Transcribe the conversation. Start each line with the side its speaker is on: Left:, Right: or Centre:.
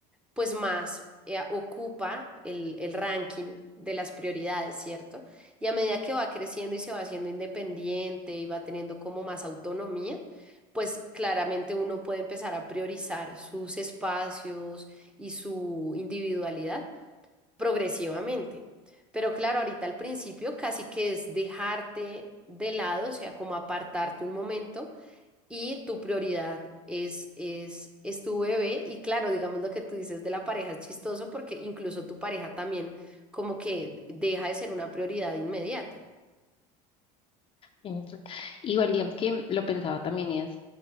Centre: pues más eh, ocupa el, el ranking de las prioridades, ¿cierto? Y a medida que va creciendo y se va haciendo independiente y va teniendo como más autonomía, pues claramente uno puede empezar a priorizar sus espacios y su individualidad progresivamente. Pero claro, ahorita al principio casi que es dejarte de lado, o sea, como apartarte un momento y tu prioridad es, es, es tu bebé. Y claro, digamos lo que tú dices de la pareja es chistoso porque incluso tu pareja también como que deja de ser una prioridad inmediata.
Left: Entonces, Igual, digamos que lo pensaba también y es,